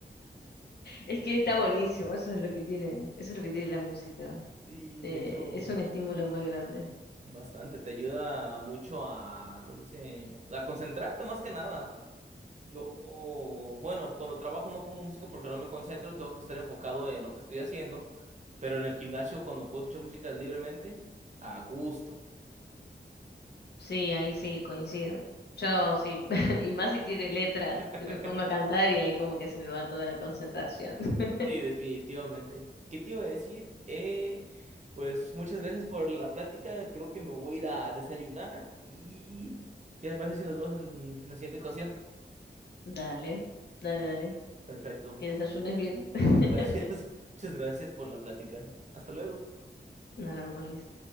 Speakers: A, on the left; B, on the right.
A: Es que está buenísimo, eso es lo que tiene, eso es lo que tiene la música.
B: Sí,
A: te-
B: de hecho.
A: es un estímulo muy grande.
B: Bastante, te ayuda mucho a, ¿cómo se dice? a concentrarte más que nada. Yo, bueno, cuando trabajo no pongo música porque no me concentro, tengo que estar enfocado en lo que estoy haciendo, pero en el gimnasio cuando puedo escuchar música libremente, a gusto.
A: Sí, ahí sí, coincido. Yo sí, <laughs> y más si tiene letra,
B: <laughs>
A: yo me pongo a cantar y ahí como que se me va toda la concentración. <laughs>
B: Sí, definitivamente. ¿Qué te iba a decir? Eh, pues muchas gracias por la plática, creo que me voy a ir a desayunar y ¿qué te parece si nos vemos en la siguiente ocasión?
A: Dale, dale, dale.
B: Perfecto.
A: Que desayunes bien. <laughs>
B: Gracias, <laughs> muchas gracias por la plática. Hasta luego.
A: Nos vemos, Luis.